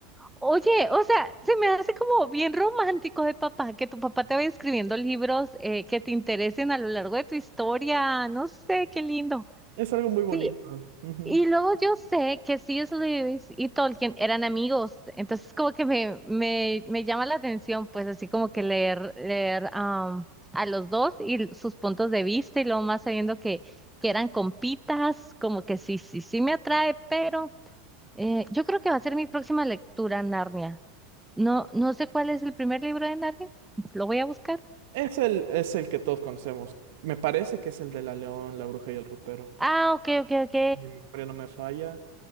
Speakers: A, in the centre; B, on the right.
A: Oye, o sea, se me hace como bien romántico de papá, que tu papá te va escribiendo libros eh, que te interesen a lo largo de tu historia. No sé, qué lindo.
B: Es algo muy bonito.
A: Sí,
B: Ujú.
A: y luego yo sé que C.S. Lewis y Tolkien eran amigos, entonces como que me, me, me llama la atención, pues así como que leer, leer am, a los dos y l- sus puntos de vista y luego más sabiendo que, que eran compitas, como que sí, sí, sí me atrae, pero eh, yo creo que va a ser mi próxima lectura, Narnia. No, no sé cuál es el primer libro de Narnia. Lo voy a buscar.
B: Es el, es el que todos conocemos. Me parece que es el de la León, la Bruja y el Ropero.
A: Ah, ok, ok, ok.
B: Mi memoria no me falla.